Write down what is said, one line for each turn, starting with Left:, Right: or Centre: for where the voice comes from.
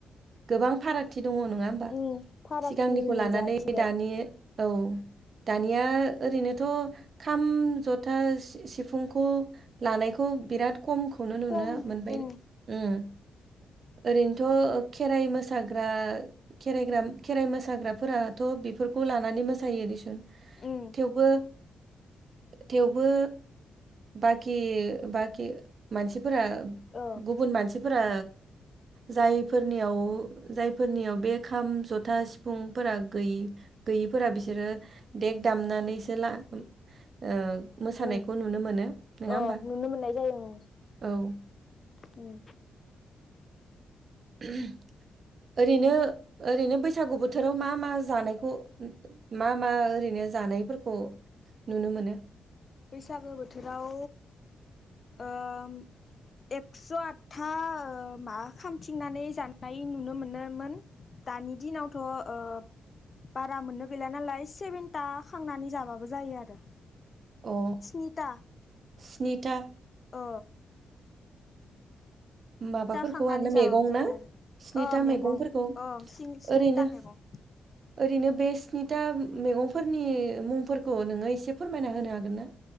Right: गोबां फारागथि दङ नङा होमबा
Left: उम फारागथि
Right: सिगांनिखौ
Left: नुजाथिबाय
Right: लानानै दानि औ दानिया ओरैनोथ' खाम जथा सि सिफुंखौ लानायखौ बिराद खम खौनो नुनो
Left: खम
Right: मोनबाय
Left: उम
Right: उम ओरैनोथ' खेराइ मोसाग्रा खेरायग्रा खेराइ मोसाग्राफोराथ' बेफोर खौ लानानै मोसायो दिसुन
Left: उम
Right: थेवबो थेवबो बाखि बाखि मानसि फोरा
Left: ओ
Right: गुबुन मानसिफोरा जायफोरनियाव जायफोरनियाव बे खाम जथा सिफुंफोरा गै गै गैयिफोरा बिसोरो देग दामनानैसो ला ओ मोसानायखौ
Left: उम
Right: नुनो मोनो नङा
Left: अ
Right: होमबा
Left: नुनो मोननाय जायो उम
Right: औ
Left: उम
Right: <unintelligible> ओरैनो ओरैनो बैसागु बोथोराव मा मा जानायखौ मा मा ओरैनो जानायफोरखौ नुनो मोनो
Left: बैसागो बोथोराव ओम एक्स' आठथा मा खांथिंनानै जानाय नुनो मोनोमोन दानि दिनावथ' ओ बारा मोननो गैला नालाय सेभेनथा खांनानै जाबाबो जायो आरो
Right: अ
Left: स्निथा
Right: स्निथा
Left: अ
Right: माबाफोरखौ
Left: खांनानै
Right: आरोना मैगं
Left: जाबाबो जायो
Right: ना
Left: आरो
Right: स्निथा
Left: ओ
Right: मैगंफोरखौ
Left: मैगं ओं स्निथा
Right: ओरैनो
Left: मैगं
Right: ओरैनो बे स्निथा मैगंफोरनि मुंफोरखौ नोंङो एसे फोरमायना होनो हागोन ना